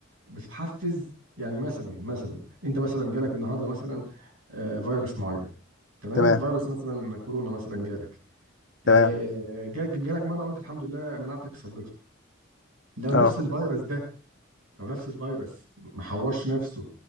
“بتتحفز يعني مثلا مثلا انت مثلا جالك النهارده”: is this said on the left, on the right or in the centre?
Right